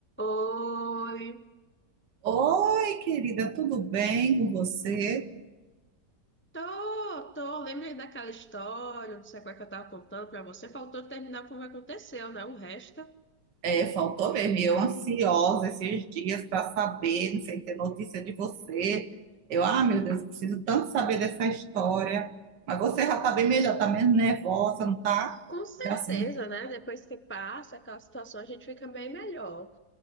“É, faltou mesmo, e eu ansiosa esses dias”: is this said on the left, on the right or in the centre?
Right